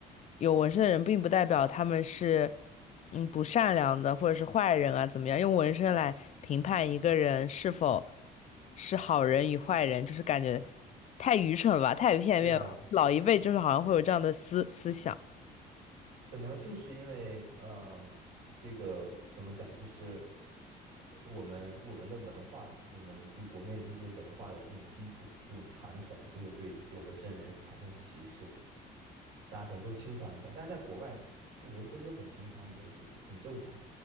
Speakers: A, on the left (about 45°); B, on the right (about 80°).
A: 有纹身的人，并不代表他们是嗯不善良的或者是坏人啊，怎么样？用纹身来评判一个人是否。是好人与坏人，就是感觉太愚蠢了吧，太片面了。
B: 对啊。
A: 老一辈就是好像会有这样的思思想。
B: 可能就是因为，嗯、这个怎么讲，就是呃我们我们的文化，我们就国内的这些文化的这种基础、这种传统，就会对有纹身的人产生歧视。大家可能都倾向于这样，但是在国外，就纹身就很平常的一件事情，很正常，